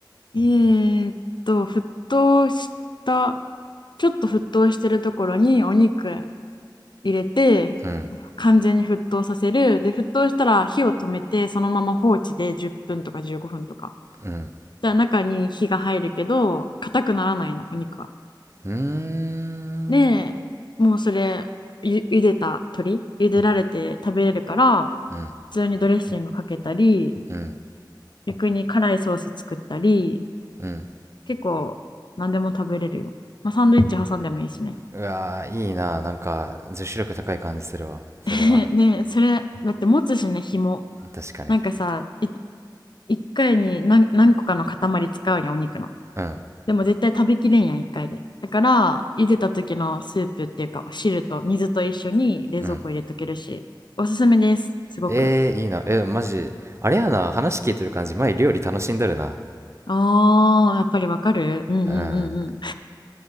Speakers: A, on the left; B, on the right.
A: えーっと、沸騰した、ちょっと沸騰してるところにお肉入れて、
B: うん
A: 完全に沸騰させる。で、沸騰したら火を止めて、そのまま放置で10分とか15分とか。
B: うん
A: じゃ中に火が入るけど、硬くならないの、お肉は。
B: うーん
A: で、もうそれ、ゆ、茹でた鶏、茹でられて食べれるから、
B: うん
A: 普通にドレッシングかけたり、
B: うん
A: 逆に辛いソース作ったり、
B: うん
A: 結構何でも食べれるよ。まあ、サンドイッチ挟んでもいいしね。
B: うわーいいななんか女子力高い感じするわそれは
A: <laughs> ねそれだって持つしね紐
B: 確かに
A: なんかさい1回に何何個かの塊使うやんお肉の
B: うん
A: でも絶対食べきれんやん1回でだから茹でた時のスープっていうか汁と水と一緒に冷蔵庫入れとけるしおすすめですすごく
B: うんえー、いいなえマジあれやな話聞いてる感じ前料理楽しんどるな
A: あーやっぱりわかるうんうんうんうん
B: うん